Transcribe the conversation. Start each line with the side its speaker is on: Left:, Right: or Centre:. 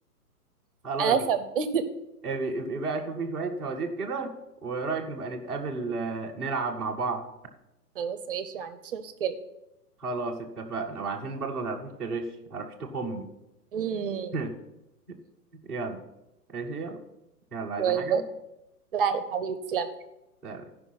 Centre: خلاص
Right: انا خمنت
Centre: ابقي ابقي بقى شوفي شوية فوازير كده ورأيك نبقى نتقابل آه، نلعب مع بعض
Right: خلاص ماشي ما عنديش مشكله
Centre: خلاص اتفقنا وعشان برضه ما تعرفيش تغش ما تعرفيش تخمي
Right: امم
Centre: <laughs> يلا ماشي يلا يلا عايزة
Right: باي
Centre: حاجة
Right: باي لا يا حبيبي تسلم
Centre: سلام.